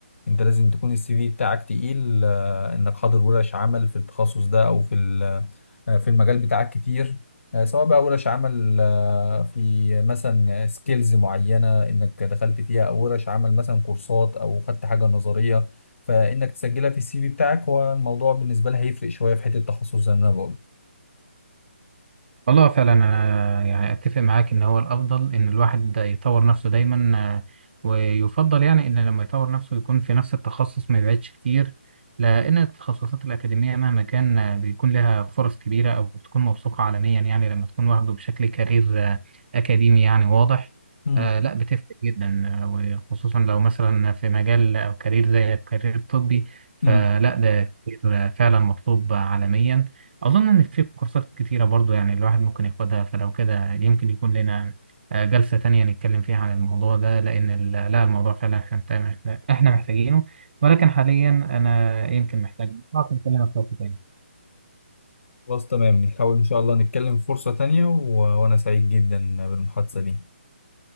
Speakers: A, on the left; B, on the right.
A: انت لازم تكون السي في بتاعك تقيل آه، انك حاضر ورش عمل في التخصص ده او في ال آه، في المجال بتاعك كتير آه، سواء بقى ورش عمل آه، في مثلا سكيلز معينة انك دخلت فيها او ورش عمل مثلا كورسات او خدت حاجة نظرية فانك تسجلها في السي في بتاعك هو الموضوع بالنسبة لها هيفرق شوية في حتة التخصص زي ما انا بقول
B: والله فعلا انا يعني اتفق معاك ان هو الافضل ان الواحد يطور نفسه دايما آه، ويفضل يعني ان لما يطور نفسه يكون في نفس التخصص ما يبعدش كتير لان التخصصات الاكاديميه مهما كان آه، بيكون لها فرص كبيره او بتكون موثوقه عالميا يعني لما تكون واخده بشكل كارير آه، اكاديمي يعني واضح
A: مم.
B: آه، لا بتفرق جدا آه، وخصوصا لو مثلا في مجال او كارير زي الكارير الطبي فلا
A: مم.
B: ده كتير آه، فعلا مطلوب عالميا أظن إن في كورسات كتيرة برضو يعني الواحد ممكن ياخدها فلو كده يمكن يكون لنا آه، جلسة تانية نتكلم فيها عن الموضوع ده لأن ال- لا الموضوع فعلا إحنا محتاج- إحنا إحنا محتاجينه ولكن حاليا أنا يمكن محتاج ممكن أكلمك في وقت تاني
A: خلاص تمام نحاول ان شاء الله نتكلم في فرصة تانية و... وانا سعيد جدا بالمحادثة دي